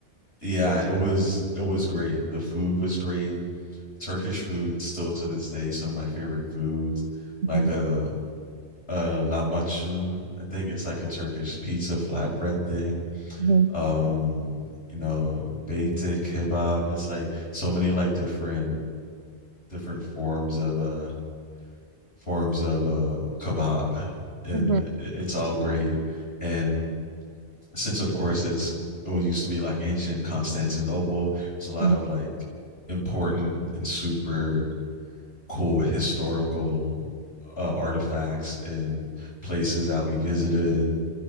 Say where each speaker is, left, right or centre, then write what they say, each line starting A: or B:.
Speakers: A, on the left; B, on the right.
A: yeah, it was it was great. The food was great. Turkish food still to this day some of my favorite foods,
B: mhm,
A: like a, a lahmacun. I think it's like a Turkish pizza flatbread thing
B: mhm,
A: um you know baitic kebab it's like so many like different different forms of uh forms of uh kebab and
B: mhm,
A: it's all great and since of course it's it used to be like ancient Constantinople it's a lot
B: mhm,
A: of like important and super cool historical uh, artifacts and places that we visited